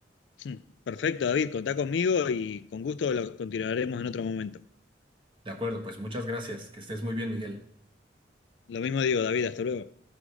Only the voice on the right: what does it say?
De acuerdo, pues muchas gracias. Que estés muy bien, Miguel.